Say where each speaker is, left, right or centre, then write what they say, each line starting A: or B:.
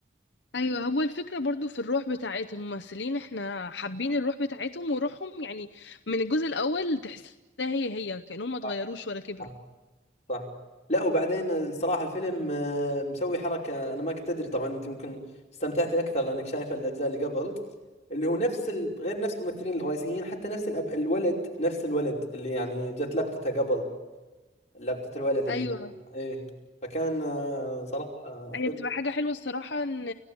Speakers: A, on the left; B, on the left.
A: ايوه هو الفكره برضو في الروح بتاعت الممثلين احنا حابين الروح بتاعتهم وروحهم يعني من الجزء الاول تحسها هي هي كانهم ما اتغيروش
B: صح
A: ولا كبروا
B: صح. صح لا وبعدين الصراحة الفيلم آه، مسوي حركة أنا ما كنت أدري طبعا أنت يمكن استمتعتي أكثر لأنك شايفة الأجزاء اللي قبل اللي هو نفس ال... غير نفس الممثلين الرئيسيين حتى نفس الأب... الولد نفس الولد اللي يعني جت لقطته قبل لقطة الولد اللي
A: ايوه
B: هو ايه فكان آه، صراحة
A: هي
B: فيلم
A: بتبقى حاجة حلوة الصراحة ان